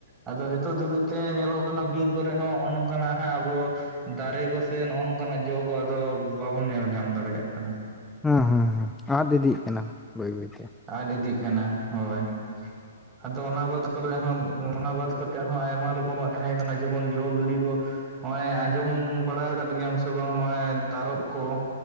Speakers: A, on the right; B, in the centre.
A: ᱟᱫᱚ ᱱᱤᱛᱚᱜ ᱫᱷᱟᱹᱵᱤᱡ ᱛᱮ ᱧᱮᱞᱚᱜ ᱠᱟᱱᱟ ᱵᱤᱨ ᱠᱚᱨᱮ ᱦᱚᱸ ᱱᱚᱜᱼᱚ ᱱᱚᱝᱠᱟᱱᱟᱜ ᱦᱟᱸᱜ ᱟᱵᱚ ᱫᱟᱨᱮ ᱠᱚᱥᱮ ᱱᱚᱜᱼᱚ ᱱᱚᱝᱠᱟᱱᱟᱜ ᱡᱚ ᱠᱚ ᱟᱫᱚ ᱵᱟᱵᱚᱱ ᱧᱮᱞ ᱧᱟᱢ ᱫᱟᱲᱮᱭᱟᱜ ᱠᱟᱱᱟ᱾
B: ᱦᱩᱸ ᱦᱩᱸ ᱦᱩᱸ ᱟᱫ ᱤᱫᱤᱜ ᱠᱟᱱᱟ ᱵᱟᱹᱭ ᱵᱟᱹᱭᱛᱮ
A: ᱟᱫ ᱤᱫᱤᱜ ᱠᱟᱱᱟ ᱦᱳᱭ ᱟᱫᱚ ᱚᱱᱟ ᱵᱟᱫ ᱠᱚᱨᱮ ᱦᱚᱸ ᱚᱱᱟ ᱵᱟᱫ ᱠᱟᱛᱮᱜ ᱦᱚᱸ ᱟᱭᱢᱟ ᱨᱚᱠᱚᱢᱟᱜ ᱛᱟᱦᱮᱸ ᱠᱟᱱᱟ ᱡᱮᱢᱚᱱ ᱡᱚ ᱵᱤᱞᱤ ᱠᱚ ᱱᱚᱜ ᱚᱚᱭ ᱟᱸᱡᱚᱢ ᱵᱟᱲᱟ ᱟᱠᱟᱫ ᱜᱮᱭᱟᱢ ᱥᱮ ᱵᱟᱝ ᱦᱚᱜᱼᱚᱭ ᱛᱟᱨᱚᱯ ᱠᱚ